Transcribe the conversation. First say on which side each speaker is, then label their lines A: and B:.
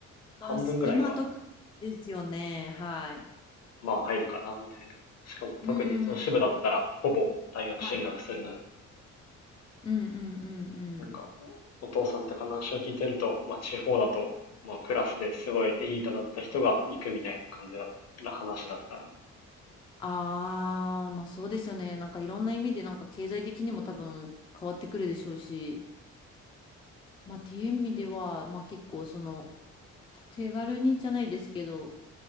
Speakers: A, on the left; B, on the left.
A: まあ、
B: 半分ぐらいは、
A: す今とですよね。はい。
B: まあ入るかな、みたいな。しかも特に女子部だったら、
A: うんうんうん。
B: ほぼ大学進学するので、
A: はい。うんうんうんうん。
B: なんか、お父さんとか話を聞いてると、まあ地方だと、まあクラスですごいエリートだった人が行くみたいな感じだな話だったんで、
A: ああ、まあそうですよね。なんかいろんな意味でなんか経済的にも多分変わってくるでしょうし、まあっていう意味では、まあ結構その手軽にじゃないですけど、